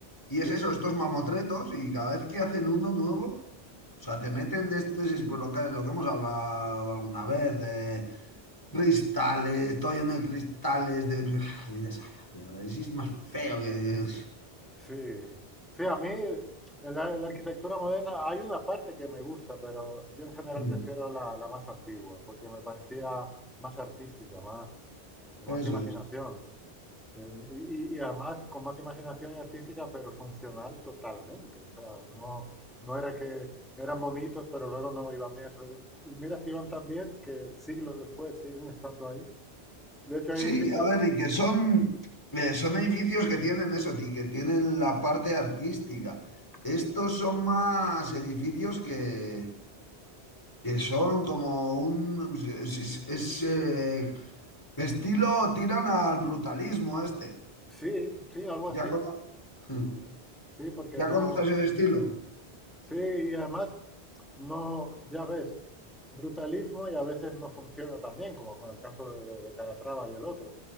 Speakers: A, on the left; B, in the centre.
A: y
B: sí,
A: es eso, estos mamotretos, y cada vez que hacen uno nuevo, o sea, te meten de este, si- pues lo que, lo que hemos hablado alguna vez, de cristales, todo lleno de cristales, de... Y dices, "Ay, tío, si es más feo que...
B: Sí, sí, a mí en la, la arquitectura moderna, hay una parte que me gusta, pero yo en general
A: <laughs>
B: prefiero la, la más antigua, porque me parecía más artística, más, más
A: Eso
B: imaginación.
A: es.
B: Eh, y, y además con más imaginación y artística, pero funcional totalmente. O sea, no, no era que eran bonitos, pero luego no iban bien. O sea, y mira si iban tan bien que siglos después siguen estando ahí. De hecho,
A: Sí,
B: hay edificios,
A: a ver, y que son, eh, son edificios que tienen eso, ti- que tienen la parte artística. Estos son más edificios que, que son como un... Es, es- es, eh, estilo, tiran al brutalismo este.
B: sí, sí, algo
A: ¿Ya,
B: así.
A: cono- <laughs>
B: Sí, porque
A: ¿Ya
B: no.
A: conoces el estilo?
B: Sí, y además, no, ya ves, brutalismo y a veces no funciona tan bien, como con el caso de, de- de Calatrava y el otro,